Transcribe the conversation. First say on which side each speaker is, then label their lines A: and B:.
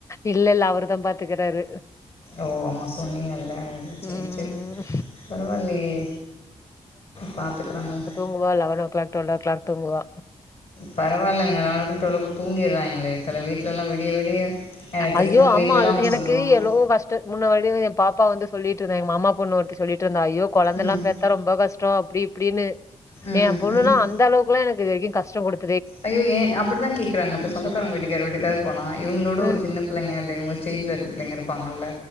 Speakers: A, on the left; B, on the left.
A: இல்லல்ல அவருதா பாத்துக்குறாரு
B: ஓ ஆமா சொன்னீங்கல்ல அது சர்
A: ம்
B: சர் பரவால்லையே பாத்துக்குறாங்கள
A: தூங்வா eleven o'clock twelve o'clock தூங்குவா
B: பரவால்லங்க நம்ம வீட்டுல ஓரளவுக்கு தூங்கியறாங்களே சில வீட்டுலல்லா விடிய விடிய எனக்கு தெரிஞ்சவங்க
A: ஐயோ ஆமா
B: வீட்டிலலாம்
A: அது
B: அவங்க
A: எனக்கு
B: சொல்லுவாங்க
A: எவ்ளோவோ வஷ் ட் முன்னாடி எ பாப்பா வந்து சொல்லிட்டுருந்தா எங் மாமா பொண்ணு ஒருத்தி சொல்லிட்ருந்தா ஐயோ கொழந்தெல்லா
B: ம்
A: பெக் பெ ரொம்ப கஷ்டோ அப்டி இப்டினு
B: ம்
A: எ பொண்ணுனா
B: ம்
A: அந்த அளவுக்குல்லா எனக்கு இதுவரைக்கி கஷ்டொ குடுத்
B: ஐயோ ஏ அப்டிதா கேக்குறாங்க இப்ப சொந்தக்காரங்க வீட்டுக்கு யார் வீட்டுக்கா போனா இவங்களோட
A: ம்.
B: ஒரு சின்ன பிள்ளைங்க அப்டிங்கும்போ ஸ்டேஜ்ல இருக்க பிள்ளைங்க இருப்பாங்கல